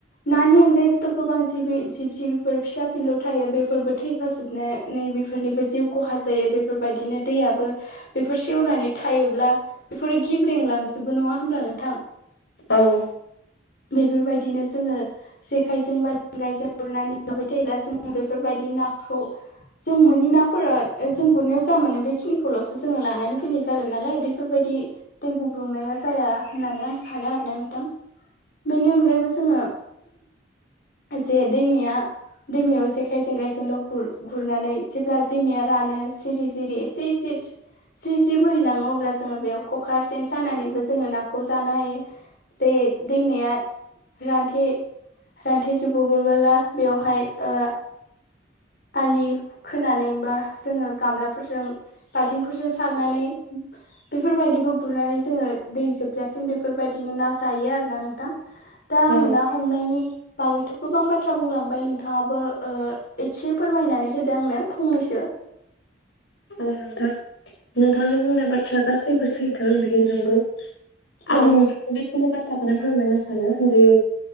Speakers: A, on the left (about 55°); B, on the left (about 85°).
A: नानि अनगायैबोथ' गोबां जिबि जिब जिबिफोर फिसा फिनल' थायो बेफोरबो थै फाजोबनानै बेफोरनिबो जिउ खहा जायो बेफोरबायदिनो दैयाबो बेफोर सेवनानै थायोब्ला बेफोरो गेब्रेंलांजोबो नङा होनब्ला नोंथां?
B: औ
A: बेफोरबायदिनो जोङो जेखाइजों बा जगायजों गुरनानै जाबाय थायोब्ला जों बेफोरबायदि नाखौ जों मोनोनि नाफोरा जों गुरनायाव जा मोनो बेखिनिखौल'सो जोङो लानानै फैनाय जागोन नालाय बेफोरबायदि दै गुब्रुंनाया जाया होननानै आं सानो आरो ना नोंथां बेनि अनगायैबो जोङो जे दैमाया दैमायाव जेखाइ जेंगायजोंल' गुर-गुरनानै जेब्ला दैमाया रानो जिरि जिरि एसे एसे स्रि स्रि बोहैलाङो अब्ला जोङो बेयाव खखा सेन सानानैबो जोङो नाखौ जानो हायो। जे दैमाया रान्थे रान्थे जोबोबोबोला बेयावहाय ओ आलि खोनानै बा जोङो गामलाफोरजों बाल्थिंफोरजों सारनानै बेफोरबायदिबो गुरनानै जोङो दै जोबजासिम बेफोरबायदिनो ना जायो आरो ना नोंथां। दा आं
B: औ
A: ना हमनायनि बागैथ' गोबां बाथ्रा बुंलांबाय नोंथाङाबो ओ एसे फोरमायनानै होदो आंनो फंनैसो।
B: औ नोंथां नोंथांनि बुंनाय बाथ्रा गासैबो सैथो बियो नोंगौ।
A: औ
B: आं नोंथांनि बेखिनि बाथ्राखौनो फोरमायनो सानो जे